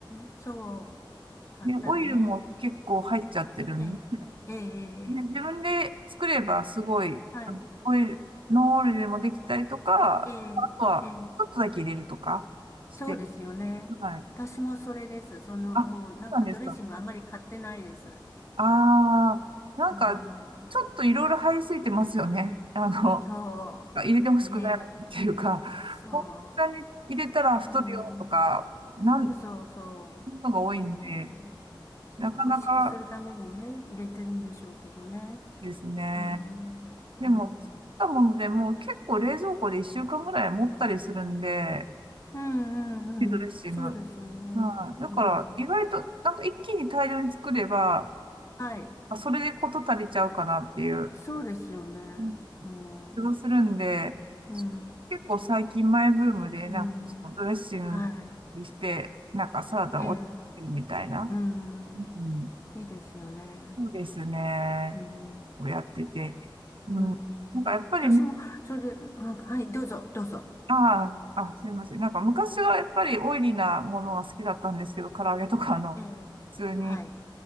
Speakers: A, on the left (about 35°); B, on the right (about 90°).
A: ん。そう。買ったらね。
B: で、オイルも結構入っちゃってるんで、
A: ええ、ええ、ええ。ええ
B: で自分で作ればすごい、
A: はい。
B: あのオイル、ノンオイルでもできたりとか、
A: ええ、
B: あとはちょっとだけ入れるとかして、
A: ええ。そうですよね。
B: はい。
A: 私もそれです。その、
B: あ、
A: もうなんかドレッシングあんまり買ってないです。
B: そうなんですか。
A: は
B: ああ、なんかちょっといろいろ入りすぎてますよね。
A: い。うん。
B: あの、
A: そう。
B: 入れてほしくないっていうか、
A: ね。そ
B: こんなに入れたら太るよとか、
A: う。うん。
B: なん、
A: そうそうそう。
B: ことが多いんで、
A: うん。そう。
B: なかなか
A: 美味しくするためにね、入れてるんでしょうけどね。
B: ですね。
A: うん。
B: でも、
A: うん。
B: 作ったものでもう結構冷蔵庫で1週間ぐらい持ったりするんで、
A: うんうんうん。
B: ピドレッシング。
A: そうですよね。
B: はい。だから、
A: うん。
B: 意外と、なんか一気に大量に作れば、
A: はい。
B: あそれでこと足りちゃうかなっていう。
A: そうですよね。
B: うん
A: うん。
B: 気がするんで、
A: うん。
B: 結構最近マイブームで、
A: うん。
B: なんかそのドレッシングして、
A: は
B: なんかサラダを置いてるみたいな。
A: い。ええ。うん。
B: うん、
A: いいですよね。
B: そうですね。
A: うん。
B: をやってて。うん、
A: うん。
B: なんかやっぱり、
A: 私も、
B: ね、
A: それで、うんはい、どうぞ、どうぞ。
B: ああ、あ、すみません。なんか昔はやっぱりオイリーなものが好きだったんですけど、唐揚げとかあの、
A: ええ。
B: 普通に
A: はい。